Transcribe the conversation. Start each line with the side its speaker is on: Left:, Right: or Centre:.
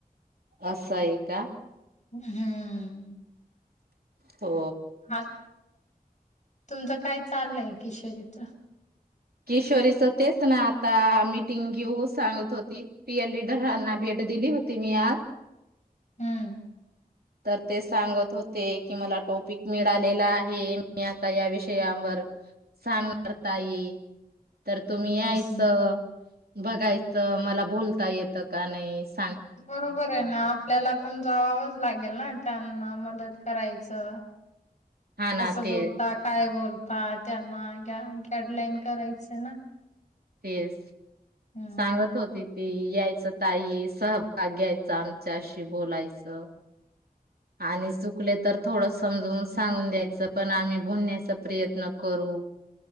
Right: असं आहे का?
Left: हम्म.
Right: हो
Left: हा तुमचं काय चाललंय किशोरीच?
Right: किशोरीच तेचना आता मीटिंग घेऊ, सांगत होती. पीए लिडरांना भेट दिली होती मी आज.
Left: हम्म.
Right: तर ते सांगत हो ते, की मला टोपिक मिळालेला आहे. मी आता या विषयावर सांगणार त आहे. तर तुम्ही यायचं,
Left: अस
Right: बघायचं मला बोलता येत इथ का नाहीस?
Left: बरोबर आहे ना आपल्याला पण जावावंच लागेल ना! मा मदत करायचं
Right: हा ना
Left: कस
Right: तेच
Left: बोलता काय बोलता आता त्यांना गॅ गॅडलाईन करायचं ना?
Right: तेच,
Left: हम्म
Right: सांगत होती ती यायचं ताई सब भाग घ्यायचा आमच्याशी बोलायचं <unintelligible> आणि सुकलेत तर थोडं समजून सांगून द्यायचं पण आम्ही बोलण्याचा प्रयत्न करू